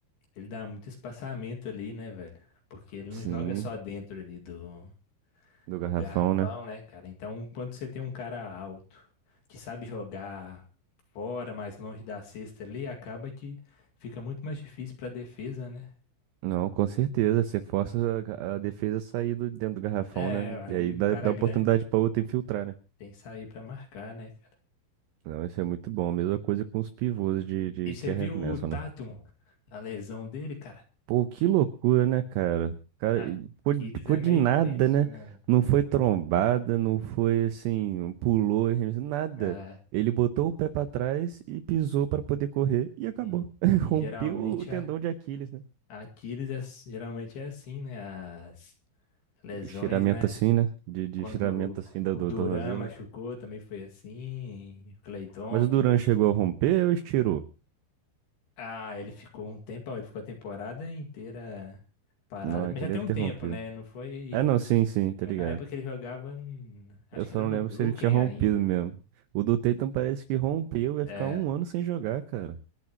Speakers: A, on the left (about 60°); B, on the right (about 85°).
A: ele dá muito espaçamento ali, né, velho? Porque ele
B: Sim,
A: não joga só dentro ali do,
B: do garrafão,
A: do garrafão,
B: né?
A: né, cara? Então, quando você tem um cara alto que sabe jogar fora, mais longe da cesta ali, acaba que fica muito mais difícil pra defesa, né?
B: Não, com certeza. Você força a a defesa a sair do, dentro do garrafão,
A: É,
B: né?
A: aí
B: E aí dá,
A: o cara
B: dá oportunidade
A: grande
B: para outra infiltrar, né?
A: tem que sair pra marcar, né, cara?
B: Não, isso é muito bom. Mesma coisa com os pivôs de, de
A: E você
B: que arremessam,
A: viu o Tatum,
B: né?
A: a lesão dele, cara?
B: Pô, que loucura, né, cara? Cara,
A: Aquiles
B: ficou ficou
A: é
B: de
A: meio
B: nada,
A: tenso,
B: né?
A: né?
B: Não foi trombada, não foi assim, um pulou, nada.
A: É,
B: Ele botou o pé pra trás e pisou pra poder correr e acabou.
A: e,
B: <laughs> Rompeu
A: e geralmente
B: o tendão
A: a,
B: de Aquiles, né?
A: a Aquiles é, geralmente é assim, né? As lesões,
B: Estiramento
A: né?
B: assim, né? De, de
A: Quando
B: estiramento assim da,
A: o
B: do
A: Duran
B: tornozelo,
A: machucou,
B: né?
A: também foi assim. O Clay Thompson.
B: Mas o Duran chegou a romper ou estirou?
A: Ah, ele ficou um tempão, ele ficou a temporada inteira parado.
B: Não,
A: Mas
B: então
A: já tem
B: deve
A: um
B: ter
A: tempo,
B: rompido.
A: né? Não foi.
B: É, não, sim, sim, tá
A: Foi
B: ligado.
A: na época que ele jogava. em- Acho
B: Eu só
A: que era
B: não
A: no
B: lembro
A: Brooklyn
B: se ele tinha rompido
A: ainda.
B: mesmo. O do Tatum parece que rompeu, vai
A: É.
B: ficar um ano sem jogar, cara.